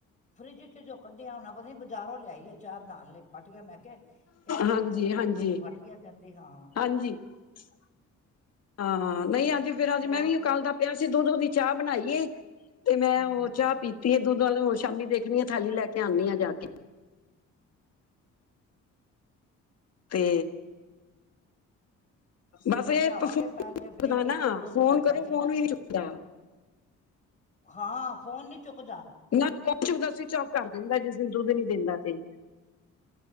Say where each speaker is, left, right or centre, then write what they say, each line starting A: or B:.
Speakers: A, on the left; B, on the left.
A: ਫਰਿੱਜ ਚ ਜੋ ਕੱਢਿਆ ਹੋਣਾ ਪਤਾ ਨੀ ਬਜ਼ਾਰੋਂ ਲਿਆਈ ਆ ਚਾਹ ਬਣਾਉਣ ਲਈ। ਫਟ ਗਿਆ'ਮੈਂ ਕਿਹਾ ਇਹ
B: ਹਾਂਜੀ,
A: ਕਿ ਪਨੀਰ
B: ਹਾਂਜੀ,
A: ਦੁੱਧ ਫਟ ਗਿਆ ਕਹਿੰਦੀ ਹਾਂ।
B: ਹਾਂਜੀ। <unintelligible> ਹਾਂ, ਨਹੀਂ ਅੱਜ ਫਿਰ ਅੱਜ
A: ਹੋਰ
B: ਮੈਂ ਵੀ ਓ ਕੱਲ ਦਾ ਪਿਆ ਸੀ ਦੁੱਧ ਓਦੀ ਚਾਹ ਬਣਾਈ ਏ। ਤੇ ਮੈਂ
A: ਹਮ
B: ਉਹ ਚਾਹ ਪੀਤੀ ਹੈ'ਦੁੱਧ ਨਾਲੇ ਸ਼ਾਮੀ ਦੇਖਣੀ ਆ ਥਾਲੀ ਲੈ ਕੇ ਆਂਦੀ ਆ ਜਾ ਕੇ। ਤੇ, ਬਸ
A: ਹੁਣ
B: ਇਹ
A: ਲਿਆਵਾਂਗੇ
B: ਫੋ
A: ਪਹਿਲੇ
B: ਚੁੱਕਦਾ
A: ਬਲਿੰਕਟ
B: ਨਾ
A: ਤੋਂ ਦੁੱਧ
B: ਫੋਨ
A: ਲਿਆਂਦਾ
B: ਕਰੋ
A: ਸੀ
B: ਫੋਨ
A: ਨਾ
B: ਵੀ ਨੀ ਚੁੱਕਦਾ।
A: ਹਾਂ ਫੋਨ ਨਹੀਂ ਚੁੱਕਦਾ।
B: ਨਾ ਸਵਿਚ ਆਫ ਕਰ ਦਿੰਦਾ ਜਿਸ ਦਿਨ ਦੁੱਧ ਨੀ ਦਿੰਦਾ ਸੀ।